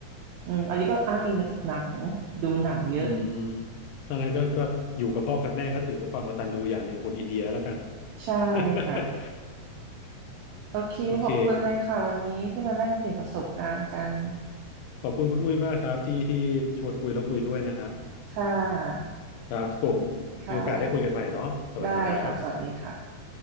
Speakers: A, on the right; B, on the left.
A: อืมอันนี้ก็อ้างอิงมาจากหนังดูหนังเยอะ
B: อืมดังนั้นก็ก็อยู่กับพ่อกับแม่ก็ถือเป็นความกตัญญูอย่างหนึ่งของคนอินเดียแล้วกัน
A: <laughs> ใช่ค่ะ
B: <laughs>
A: <laughs> โอเคขอบคุณเลยค่ะวันนี้ที่มาแลกเปลี่ยนประสบการณ์กัน
B: โอเคขอบคุณคุณอุ้ยมากครับที่ที่ชวนคุยแล้วคุยด้วยนะฮะ
A: ค่ะ
B: ครับผมมีโอกาสได้คุยกันใหม่เนาะสวัสดีครับ
A: ค่ะได้ค่ะสวัสดีค่ะ